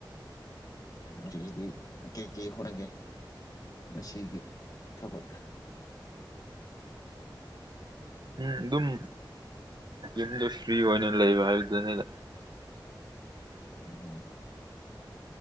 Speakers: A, on the left; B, on the right.
A: ꯗꯤ ꯀꯩ ꯀꯩ ꯍꯔꯒꯦ ꯃꯁꯤꯒꯤ ꯊꯕꯛ
B: ꯎꯝ ꯑꯗꯨꯝ ꯌꯨꯝꯗ ꯐ꯭ꯔꯤ ꯑꯣꯏꯅ ꯂꯩꯕ ꯍꯥꯏꯕꯗꯨꯅꯤꯗ
A: ꯎꯝ